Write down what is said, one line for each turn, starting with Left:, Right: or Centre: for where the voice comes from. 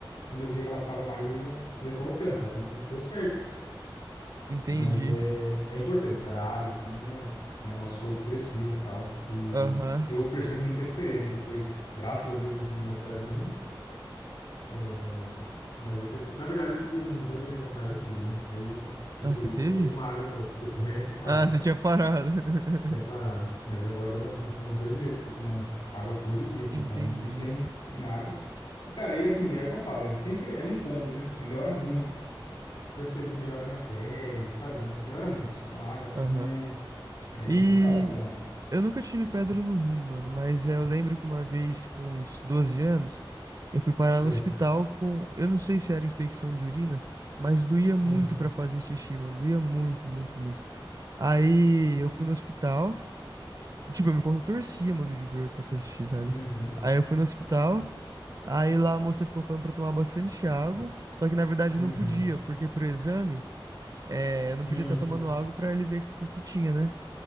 Left: quando eu via que ela ficava mais, eu ia, ia colocando, cara. E, e deu certo.
Right: entendi.
Left: Mas é, é importante, cara. A água, assim, é, né, nosso corpo precisa tal. E
Right: Aham.
Left: eu percebo muita diferença depois. Graças a Deus não tive mais pedra no rim. É, mas eu percebo. Na verdade, eu tive uns dois meses atrás, eu tive, né? Aí depois
Right: Ah, você
Left: disso
Right: teve?
Left: eu voltei a tomar água de novo, porque eu começo e paro,
Right: Ah,
Left: sabe?
Right: você tinha parado. <laughs>
Left: E é parado. Mas agora, assim, faz uns dois meses que eu tô tomando água todo dia, assim,
Right: Entendi.
Left: sabe? Não fico sem, sem água. E, cara, aí assim, é o que eu falo, é sempre é um combo, né? Melhora muito, cara. Percebo que melhora a minha pele, sabe? Me- Melhora muito. Então, a água, assim,
Right: Aham.
Left: é. É
Right: E
Left: essencial se tomar.
Right: eu nunca tive pedra no rim, mano, mas é, eu lembro que uma vez, com uns 12 anos, eu fui parar
Left: É.
Right: no hospital com, eu não sei se era infecção de urina, mas doía muito
Left: Uhum,
Right: pra fazer xixi, mano, doía muito, muito, muito. Aí eu fui no hospital, tipo, eu me contorcia, mano, de dor pra fazer xixi, sabe?
Left: uhum,
Right: Aí eu fui no hospital, aí lá a moça ficou falando pra tomar bastante água, só que na verdade eu
Left: uhum.
Right: não podia, porque pro exame, é, eu
Left: Sim,
Right: não podia estar
Left: sim,
Right: tomando água pra ele ver o que que tinha, né?